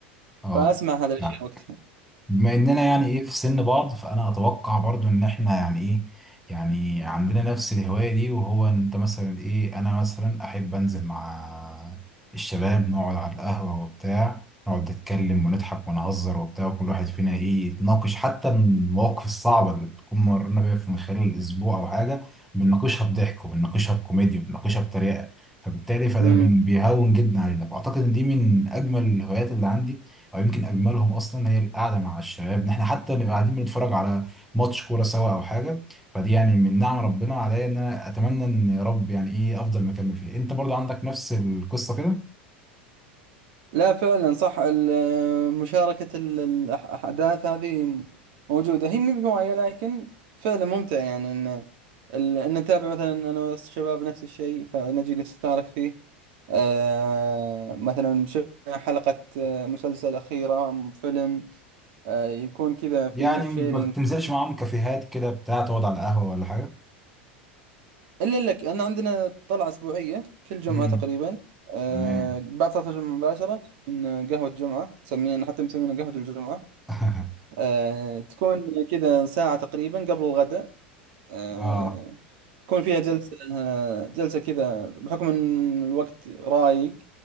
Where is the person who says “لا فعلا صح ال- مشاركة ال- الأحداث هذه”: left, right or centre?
Right